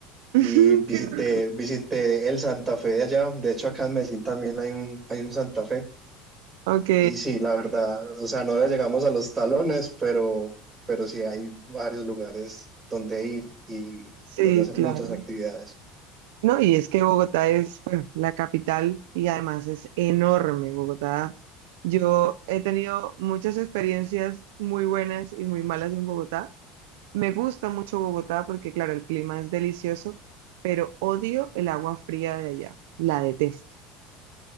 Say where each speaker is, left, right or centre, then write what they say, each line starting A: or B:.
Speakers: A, on the right; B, on the right.
A: <laughs>
B: Y visité,
A: Qué horror.
B: visité el Santa Fe de allá, de hecho acá en Medellín también hay un, hay un Santa Fe.
A: Ok,
B: Y sí, la Sí. verdad, o sea, no le llegamos a los talones, pero, pero sí hay varios lugares donde ir y
A: sí,
B: donde hacer
A: claro.
B: muchas actividades.
A: No, y es que Bogotá es, bueno, la capital y además es enorme Bogotá. Yo he tenido muchas experiencias muy buenas y muy malas en Bogotá. Me gusta mucho Bogotá porque, claro, el clima es delicioso, pero odio el agua fría de allá. La detesto.